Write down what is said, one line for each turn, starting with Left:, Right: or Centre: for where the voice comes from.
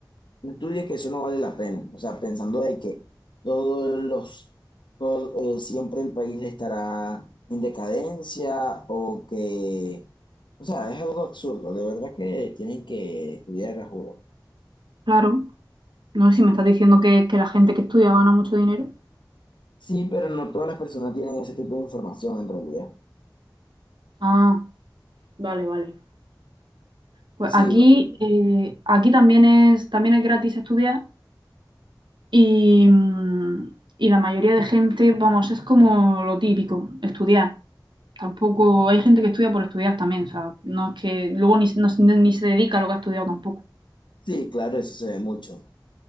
Left: no estudies que eso no vale la pena. O sea, pensando de que todos los, todo, eh, siempre el país estará en decadencia o que, o sea, es algo absurdo. De verdad que tienen que estudiar a juro.
Right: Claro. No sé si me estás diciendo que, que la gente que estudia gana mucho dinero.
Left: Sí, pero no todas las personas tienen ese tipo de información en realidad.
Right: Ah, vale, vale. Pues
Left: Sí,
Right: aquí,
Left: bueno,
Right: eh, aquí también es, también es gratis estudiar y, mm, y la mayoría de gente, vamos, es como lo típico, estudiar. Tampoco hay gente que estudia por estudiar también, o sea, no es que luego ni, no- ni se dedica a lo que ha estudiado tampoco.
Left: sí, claro, eso se ve mucho.